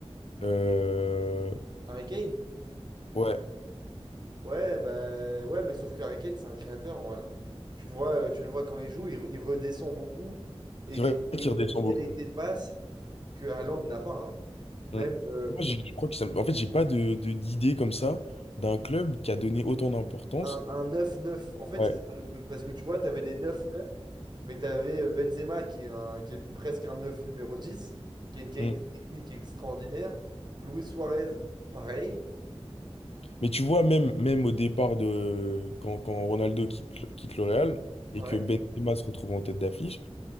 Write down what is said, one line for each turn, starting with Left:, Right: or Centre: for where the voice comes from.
Left: euh,
Right: Harry Kane.
Left: ouais,
Right: Ouais, bah, ouais, mais sauf que Harry Kane, c'est un créateur, en vrai, hein. Tu le vois, euh, tu le vois quand il joue, il, il redescend beaucoup et
Left: c'est
Right: il
Left: vrai
Right: a, et il
Left: qu'il redescend
Right: a une qualité
Left: beaucoup.
Right: de passe. que Haaland n'a pas. hein. Même
Left: Mm. Moi,
Right: euh,
Left: j'ai- je crois que ça... En fait, j'ai pas de, de- d'idée comme ça d'un club qui a donné autant d'importance.
Right: un, un neuf neuf En fait,
Left: Ouais.
Right: c'est ça le truc. Parce que tu vois, tu avais des neuf neuf mais tu avais Benzema qui est, un- qui est une- presque un 9 numéro 10 qui a une qualité
Left: Mm.
Right: technique extraordinaire. Luis Suarez, pareil.
Left: Mais tu vois, même, même au départ de quand, quand Ronaldo quitte, le- quitte le Real et
Right: Ouais.
Left: que Benzema se retrouve en tête d'affiche,